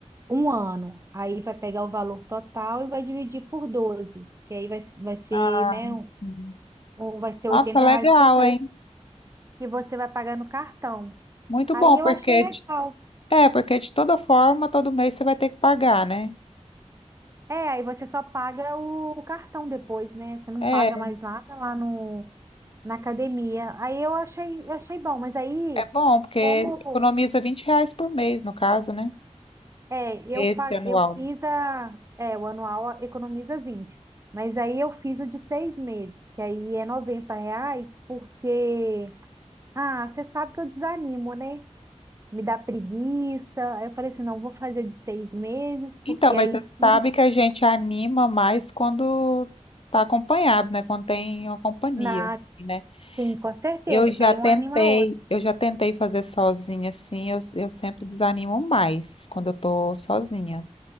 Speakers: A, on the right (about 25°); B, on the left (about 50°).
A: um ano, aí vai pegar o valor total e vai dividir por doze porque aí vai, vai ser,
B: Ah,
A: né,
B: sim.
A: um, vai ser
B: Nossa,
A: 80
B: legal,
A: reais por mês
B: hein?
A: que você vai pagar no cartão.
B: Muito
A: Aí
B: bom,
A: eu
B: porque
A: achei legal.
B: de- é, porque de toda forma, todo mês você vai ter que pagar, né?
A: É, aí você só paga o, o cartão depois, né? Você não
B: É,
A: paga mais nada lá no, na academia. Aí eu achei, achei bom, mas aí,
B: é bom, porque
A: como
B: economiza 20 reais por mês, no caso, né?
A: É, eu,
B: Esse
A: pa-
B: anual.
A: eu fiz a. É, o anual economiza vinte, Mas aí eu fiz o de seis meses, que aí é 90 reais, porque. Ah, você sabe que eu desanimo, né? Me dá preguiça. Aí eu falei assim: não, vou fazer o de seis meses, porque
B: Então, mas
A: aí
B: você sabe
A: se.
B: que a gente anima mais quando tá acompanhado, né? Quando tem uma companhia,
A: Na...
B: assim, né?
A: Sim, com certeza,
B: Eu já
A: que aí
B: tentei,
A: um anima a outra.
B: eu já tentei fazer sozinha, assim, eu, eu sempre desanimo mais quando eu tô sozinha.